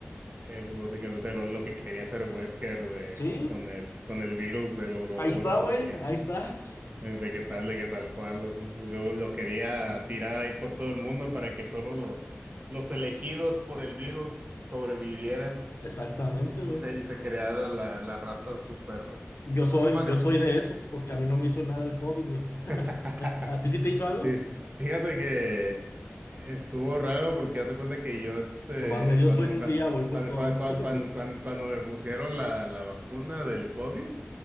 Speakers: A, on the right (about 35°); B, on the left (about 80°).
A: eh, pues básicamente lo, lo que quería hacer Wesker de,
B: sí,
A: con el, con el virus del Ouroboros,
B: ahí está, güey,
A: de que
B: ahí está.
A: Eh, De qué tal, de qué tal cual, o sea, yo lo quería tirar ahí por todo el mundo para que solo los, los elegidos por el virus sobrevivieran
B: Exactamente, güey.
A: y se, y se creara la, la raza super...
B: Yo
A: No,
B: soy,
A: no me acuerdo.
B: yo soy de esos porque a mí no me hizo nada el COVID, güey. <laughs>
A: <laughs>
B: ¿A ti sí te hizo algo?
A: Sí, Fíjate que estuvo raro porque hace cuenta que yo, este,
B: Nomás me dio
A: cuando
B: sueño
A: me, cuando,
B: un día, güey, fue
A: cuando,
B: todo.
A: cua- cua-
B: <laughs>
A: cuando, cuando, cuando me pusieron la, la vacuna del COVID,